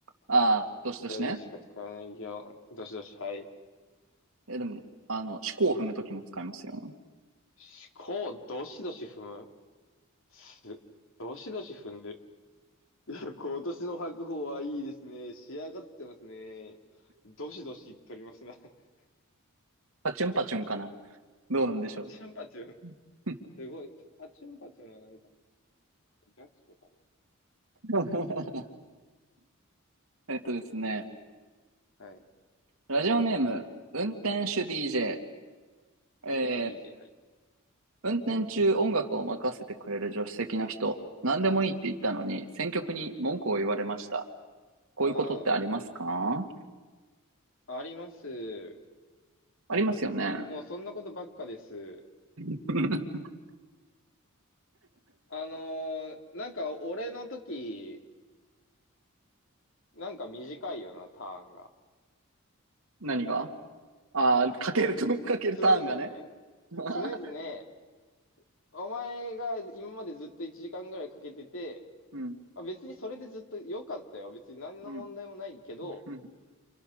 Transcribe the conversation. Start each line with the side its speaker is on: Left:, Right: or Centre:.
Right: ああー、
Left: お便りでしか使わない擬音。
Right: どしどしね。
Left: どしどし。はい。
Right: えーでも、あの、四股を踏むときも使いますよ。
Left: 思考、どしどし踏むす、どしどし踏んでる。<laughs> いや、今年の白鵬はいいですね。仕上がってますね。どしどし取りますな。<laughs>
Right: パチュンパチュンかな。どうなんでしょ
Left: パチュンパチュン。
Right: う。
Left: すごい。パチュンパチュンはなんか、ガチコか
Right: <laughs> えっとですね、
Left: な。はい。
Right: ラジオネーム、運転手 DJ、えー
Left: 運転手 DJ。はい。
Right: 運転中音楽を任せてくれる助手席の人、何でもいいって言ったのに、
Left: あ、
Right: 選曲に文句を言われました。
Left: あ、
Right: こういうことってありますか
Left: ああ。あります。
Right: ありますよね。
Left: もうそんなことばっかです。
Right: <laughs>
Left: あのーなんか俺の時、なんか短いよな、ターンが。
Right: 何があー、かけると、
Left: と、
Right: <laughs> かけるターンがね。
Left: 常々ね。
Right: <laughs>
Left: 常々、お前が今までずっと1時間ぐらいかけてて、
Right: うん、
Left: まあ、別にそれでずっと良かったよ。別に何の問題もないけど、
Right: うん、うん、うん、